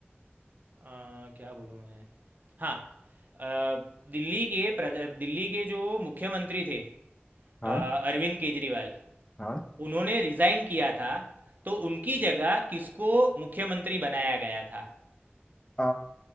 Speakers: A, on the right (about 45°); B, on the left (about 25°).
A: अ, क्या बोलूँ मैं हाँ अ, दिल्ली के प्रध- दिल्ली के जो मुख्यमंत्री थे
B: हाँ
A: अ, अरविंद केजरीवाल
B: हाँ
A: उन्होंने रिजाइन किया था तो उनकी जगह किसको मुख्यमंत्री बनाया गया था
B: आ,